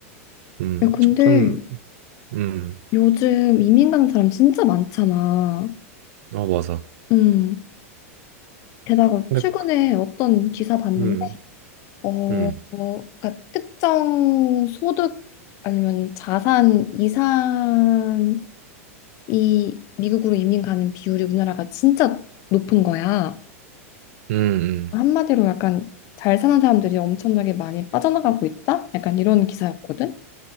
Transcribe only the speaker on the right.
음,
조금, 음,
어, 맞아.
근데,
그-
음,
음,
음, 음,